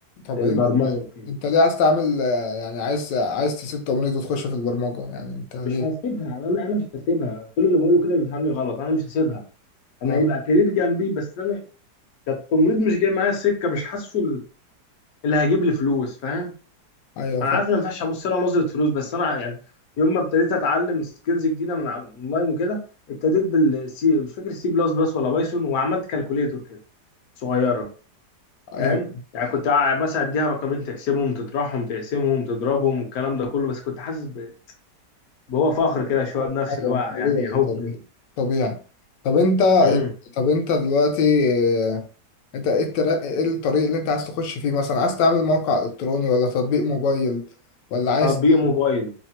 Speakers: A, on the left (about 85°); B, on the left (about 65°).
A: طب
B: البرمجه
A: انت
B: وكده
A: انت ليه عايز تعمل آه، يعني عايز عايز تسيب تمريض وتخش في البرمجة يعني انت ليه
B: مش هسيبها انا انا مش هسيبها كل اللي بقوله كده بيفهمني غلط انا مش هسيبها انا
A: اه
B: هيبقى كارير جنبي بس انا كتمريض مش جاي معايا السكه مش حاسه ال- اللي هيجيب لي فلوس فاهم
A: ايوه
B: انا
A: فاهم
B: عارف ان ما ينفعش ابص لها نظره فلوس بس انا يعني يوم ما ابتديت اتعلم سكيلز جديده من على اونلاين وكده ابتديت بالسي مش فاكر سي بلس بلس ولا بايثون وعملت كالكوليتور كده صغيره
A: ايوه
B: فاهم يعني كنت ع- مثلا اديها رقمين تقسمهم تطرحهم تقسمهم تضربهم والكلام ده كله بس كنت حاسس ب- بهو فخر كده شويه بنفسي
A: ايوه
B: اللي هو يعني
A: طبيعي
B: اهو
A: طبيعي طبيعي طب انت
B: امم
A: طب انت دلوقتي آه، انت ايه الترا- ايه الطريق اللي انت عاز تخش فيه مثلا عايز تعمل موقع الكتروني ولا تطبيق موبايل ولا عايز
B: تطبيق موبايل